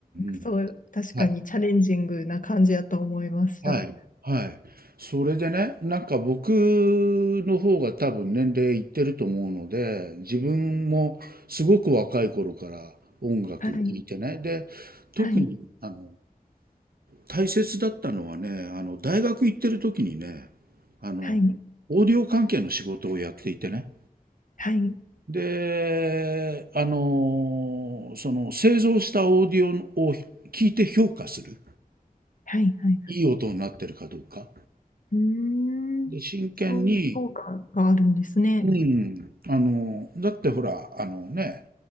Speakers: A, on the right (about 80°); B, on the left (about 60°).
A: ん。
B: そう、確かにチャレンジングな感じやと思いました。
A: はい。はい、はい。それでね、なんか僕の方が多分年齢いってると思うので、自分もすごく若い頃から音楽聴いてね。
B: はい、
A: で、特にあの
B: はい、
A: 大切だったのはね、あの大学行ってる時にね、あの
B: はい、
A: オーディオ関係の仕事をやっていてね。
B: はい、
A: で、あのその製造したオーディオを聞いて評価する。
B: はい、はい。
A: いい音になってるかどうか。
B: うーん、
A: で、真剣に
B: そういう評価があるんですね。
A: うん、あの、だってほら、あのね、